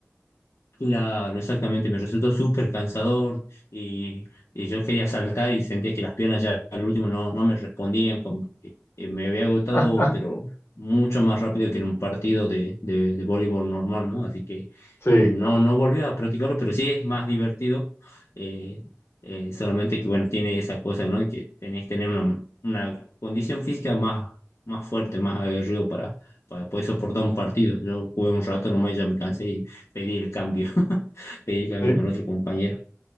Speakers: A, on the left (about 85°); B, on the left (about 60°).
A: Claro, exactamente, me resultó súper cansador y, y yo quería saltar y sentía que las piernas ya al último no, no me respondían, como que eh, me había agotado,
B: <laughs>
A: pero mucho más rápido que en un partido de, de, de voleibol normal, ¿no? Así que
B: Sí,
A: eh, no, no volví a practicarlo, pero sí es más divertido, eh, eh, solamente que, bueno, tiene esa cosa, ¿no? Que tenés que tener una, una condición física más, más fuerte, más aguerrido para, para poder soportar un partido. Yo jugué un rato nomás y ya me cansé pedir el cambio, <laughs> pedir el cambio
B: sí.
A: con otro compañero.